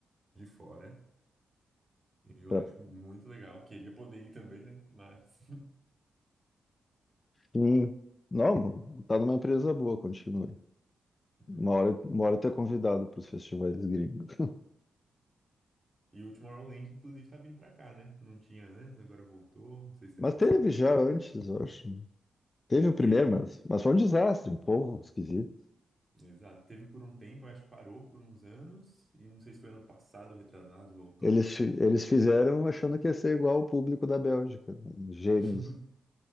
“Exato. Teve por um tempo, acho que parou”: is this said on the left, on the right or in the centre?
Right